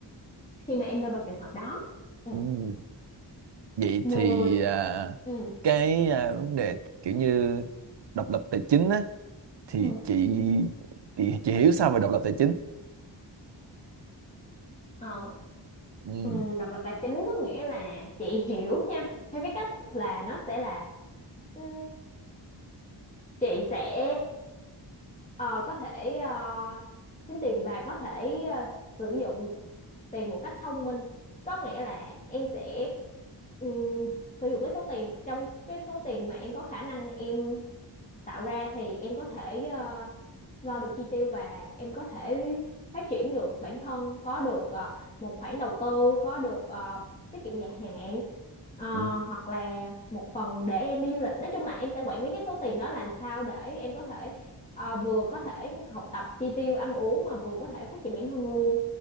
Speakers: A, on the left (about 15°); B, on the right (about 65°).
A: khi mà em rơi vào trường hợp đó ừ.
B: Ừ. Vậy
A: 10
B: thì à,
A: ừ.
B: cái à, vấn đề kiểu như độc lập tài chính á thì
A: ừ.
B: chị chị chị hiểu sao về độc lập tài chính?
A: Ờ,
B: Ừ.
A: ừ, độc lập tài chính có nghĩa là chị hiểu nha theo cái cách là nó sẽ là ừ, chị sẽ ờ, có thể ờ, kiếm tiền và có thể ờ, sử dụng tiền một cách thông minh có nghĩa là em sẽ ừ, sử dụng cái số tiền trong cái số tiền mà em có khả năng em tạo ra thì em có thể ờ, lo được chi tiêu và em có thể phát triển được bản thân có được ờ, một khoản đầu tư có được ờ, tiết kiệm dài hạn ờ,
B: Ừ.
A: hoặc là một phần để em đi du lịch nói chung là em sẽ quản lý cái số tiền đó làm sao để em có thể ờ, vừa có thể học tập chi tiêu ăn uống mà vừa có thể phát triển bản thân luôn